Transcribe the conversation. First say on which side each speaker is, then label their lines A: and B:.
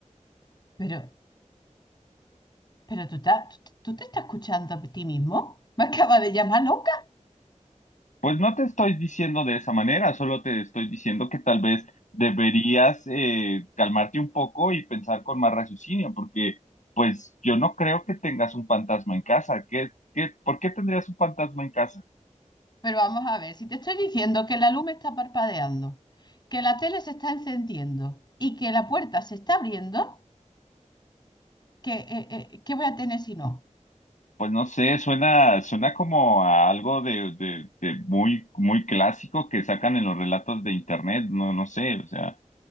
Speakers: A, on the left; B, on the left.
A: Pero, pero tú, ta- tú, tú te estás escuchando a ti mismo. Me acaba de llamar loca.
B: Pues no te estoy diciendo de esa manera, solo te estoy diciendo que tal vez deberías eh, calmarte un poco y pensar con más raciocinio, porque pues yo no creo que tengas un fantasma en casa. ¿Qué, qué, por qué tendrías un fantasma en casa?
A: Pero vamos a ver, si te estoy diciendo que la luz me está parpadeando, que la tele se está encendiendo y que la puerta se está abriendo, ¿qué, eh, eh, qué voy a tener si no?
B: Pues no sé, suena, suena como a algo de, de, de muy, muy clásico que sacan en los relatos de internet, no, no sé, o sea.